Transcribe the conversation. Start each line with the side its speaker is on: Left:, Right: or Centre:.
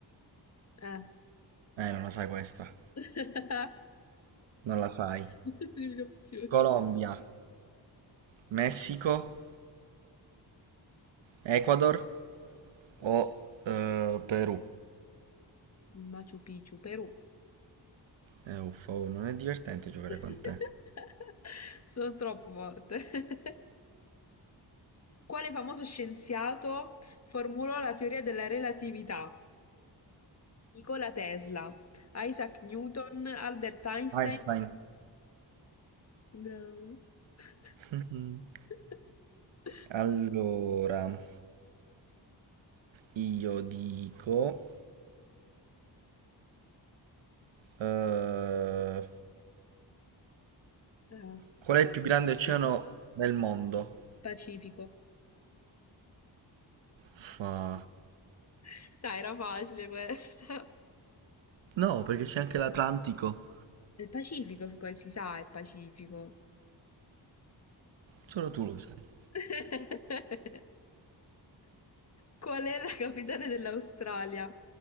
Left: eh.
Right: Eh, non la sai questa.
Left: <laughs>
Right: Non la sai.
Left: Dimmi l'opzione.
Right: Colombia, Messico, Ecuador o eh, Perù?
Left: Machu Picchu, Perù.
Right: Eh, uffa, oh, non è divertente giocare
Left: <laughs>
Right: con te.
Left: Sono troppo forte. <laughs> Quale famoso scienziato formulò la teoria della relatività? Nikola Tesla, Isaac Newton, Albert Einstein.
Right: Einstein. <laughs>
Left: Bravo. <laughs>
Right: Mhm. Allora, io dico... eh,
Left: Ah.
Right: qual è il più grande oceano
Left: <laughs>
Right: del mondo?
Left: Pacifico.
Right: Uffa.
Left: <laughs> Dai, era facile questa. <laughs>
Right: No, perché c'è anche l'Atlantico.
Left: È Il Pacifico, come si sa, è il Pacifico.
Right: Solo tu lo sai.
Left: <laughs> Qual è la capitale dell'Australia?